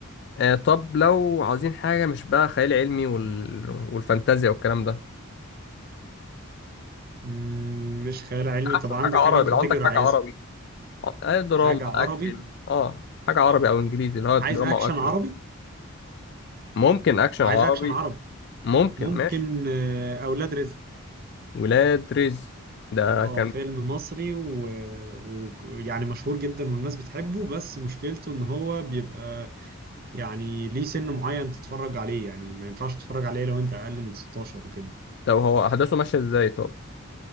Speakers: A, on the left; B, on the right.
A: آه طب لو عاوزين حاجة مش بقى خيال علمي وال... والفانتازيا والكلام ده
B: مم، مش خيال علمي
A: لا،
B: طب
A: اشوف
B: عندك
A: حاجة عربي
B: أنهي كاتيجوري
A: لو عندك حاجة
B: عايزها
A: عربي آه دراما
B: حاجة عربي
A: اكشن اه حاجة عربي او انجليزي اللي هو دراما
B: عايز أكشن
A: او اكشن
B: عربي
A: وكده ممكن اكشن عربي
B: عايز أكشن عربي
A: ممكن
B: ممكن
A: ماشي
B: آه، أولاد رزق
A: ولاد رزق ده
B: اه
A: كان
B: فيلم مصري ويعني و... و- يعني مشهور جدا والناس بتحبه بس مشكلته ان هو بيبقى يعني ليه سن معين تتفرج عليه يعني ما ينفعش تتفرج عليه لو انت اقل من 16 وكده
A: طب هو احداثه ماشيه ازاي طب